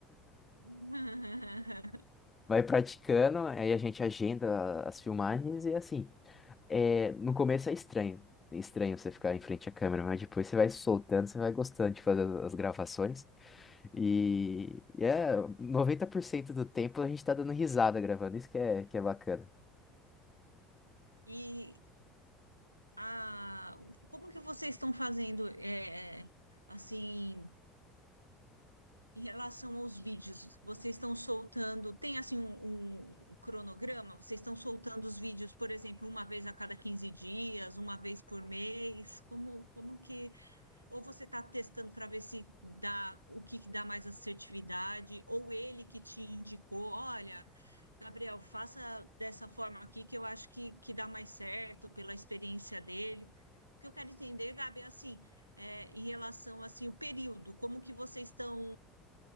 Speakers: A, on the right (about 80°); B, on the left (about 20°).
A: <laughs>
B: <laughs> vai praticando, aí a gente agenda as filmagens e assim, é, no começo é estranho. É Estranho você ficar em frente à câmera, mas depois você vai soltando, você vai gostando de fazer as gravações. E e é 90% do tempo a gente tá dando risada gravando, isso que é, que é bacana.
A: E a, como que vocês estão fazendo, é, assim? Em relação aos vídeos, vocês estão soltando, tem assim um, um cronograma? Vocês estão soltando os vídeos, por exemplo, uma vez a cada 15 dias, uma vez por mês? Como, como que. Ou você está testando para ver se dá o que, que dá mais assertividade, ou ele que te indicou, olha, Gabriel, faça dessa forma aqui que eu acho que, que dá mais certo pela experiência dele. O que eu quero entender, Gabi, é assim, é, em relação assim o período, como que vocês estão